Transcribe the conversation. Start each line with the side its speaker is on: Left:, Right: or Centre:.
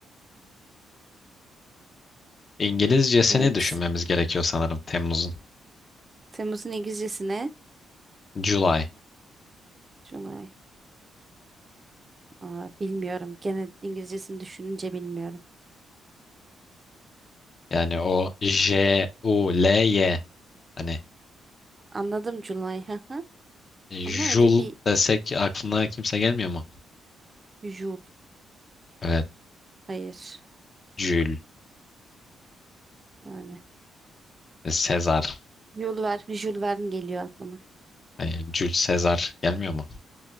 Left: İngilizcesini
Right: Evet.
Left: düşünmemiz gerekiyor sanırım Temmuz'un.
Right: Temmuz'un İngilizcesi ne?
Left: July.
Right: July. Aa, bilmiyorum. Gene İngilizcesini düşününce bilmiyorum.
Left: Yani o J, U, L, Y. Hani
Right: Anladım July. hı hı.
Left: Jul
Right: Ama öyle bir
Left: desek aklına kimse gelmiyor mu?
Right: Jul.
Left: Evet.
Right: Hayır.
Left: Jül,
Right: Yani.
Left: Sezar.
Right: Jul ver. Jul Verne geliyor aklıma.
Left: Yani Jül Sezar gelmiyor mu?